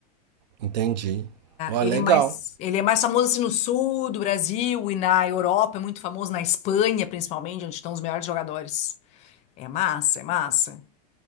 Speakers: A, on the right (about 80°); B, on the left (about 30°).
A: Entendi. Ó,
B: Ele
A: legal.
B: é mais, ele é mais famoso assim, no sul do Brasil e na Europa, é muito famoso na Espanha, principalmente, onde estão os melhores jogadores. É massa, é massa.